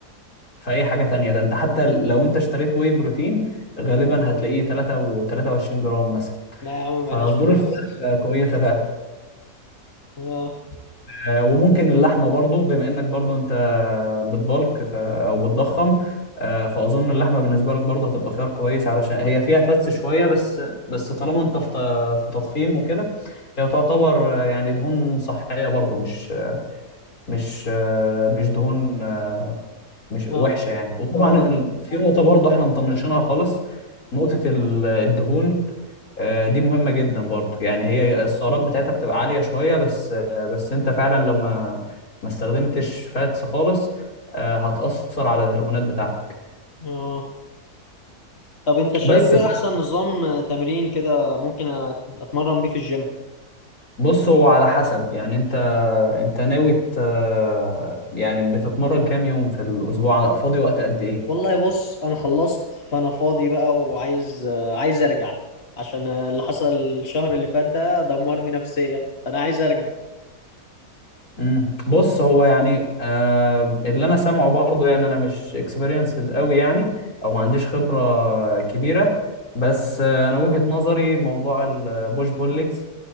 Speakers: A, on the left (about 60°); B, on the left (about 40°).
A: في اي حاجة تانية ده انت حتى لو انت اشتريت واي بروتين غالبا هتلاقيه 3 و 23 جرام مثلا
B: لا يا عم
A: فصدور
B: معناش فلوس
A: الفراخ كويسة فعلا
B: اه
A: آه، وممكن اللحمه برضو بما انك برضو انت بتبلك ف... او بتضخم آه، فاظن اللحمه بالنسبه لك برضو هتبقى خيار كويس علشان هي فيها فتس شويه بس بس طالما انت في ت- في تضخيم وكده هي تعتبر آه، يعني دهون صحيه برضو مش مش آه، مش دهون آه، مش
B: اه
A: وحشه يعني وطبعا
B: اه
A: ال- في نقطه برضو احنا مطنشينها خالص نقطه ال- الدهون آه، دي مهمة جدا برضو يعني هي السعرات بتاعتها بتبقى عالية شوية بس آه، بس انت فعلا لو ما ما استخدمتش فاتس خالص آه، هتأثر على الهرمونات بتاعتك
B: اه طب انت شايف
A: بس
B: ايه
A: ف-
B: احسن نظام تمرين كده ممكن أت- اتمرن بيه في الجيم
A: بص هو على حسب يعني انت انت ناوي ت- آه، يعني بتتمرن كام يوم في الأسبوع فاضي وقت قد ايه
B: والله بص انا خلصت فانا فاضي بقى وعايز آه، عايز ارجع عشان آه، اللي حصل الشهر اللي فات ده دمرني نفسيا فانا عايز ارجع
A: مم. بص هو يعني آه اللي انا سامعه برضه يعني انا مش اكسبيرينسد قوي يعني او ما عنديش خبره كبيره بس آه انا وجهه نظري موضوع البوش بول ليجز